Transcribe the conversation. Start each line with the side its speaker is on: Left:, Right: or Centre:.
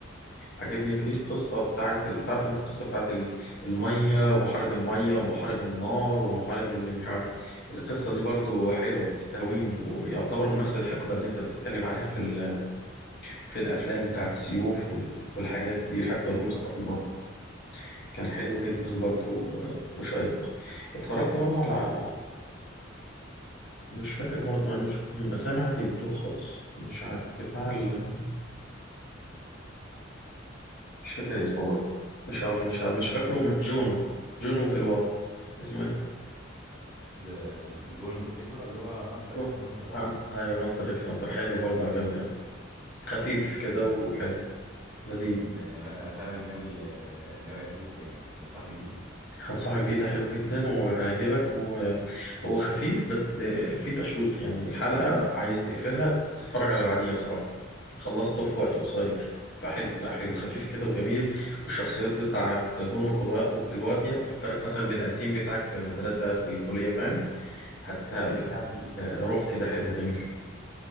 Left: عاجبني فيه القصة بتاعت ال- تعرف انت القصة بتاعت ال- المية ومحارب المية ومحارب النار ومحارب اللي مش عارف القصة دي برضه حلوة بتستهويني ويعتبر من نفس الحقبة اللي انت بتتكلم عليها في ال- في الأفلام بتاعت السيوف وال- والحاجات دي الحقبة
Centre: ايوه
Left: الوسطى
Centre: ايوه
Left: دي
Centre: فاهم
Left: برضه كان حلو جدا برضه و- وشيق اتفرجت برضه على مش فاكر برضه مش الأسامي عندي بتوه خالص مش عارف بتاع ال... مش فاكر اسمه برضه مش ع- مش ع- مش فاكره م- جون جون وكلوا اسمه ايه؟
Centre: ج- ج- جون وكيلوا اللي هو هانتر
Left: روح
Centre: اكس هانتر
Left: ها-
Centre: اه
Left: ايوه هانتر اكس هانتر حلو برضه عجبني أوي خفيف كده
Centre: ده
Left: وحلو لذيذ
Centre: ده انا انا فعلا ناوي آه، ناوي اشوفه يعني تنصحني بيه
Left: هنصحك بيه ده حلو جدا وهيعجبك وهو خفيف بس فيه تشويق يعني الحلقة عايز تقفلها تتفرج على بعديها بصراحة خلصته في
Centre: مهم.
Left: وقت قصير فحلو لا حلو خفيف كده وجميل والشخصيات بتاعت جون وكلوا- وكلواتي هتفكرك مثلا بالأنتيم بتاعك في المدرسة في الكلية فاهم حتى
Centre: ايوه
Left: بتعمل
Centre: أيوه.
Left: روح كده حلو جميل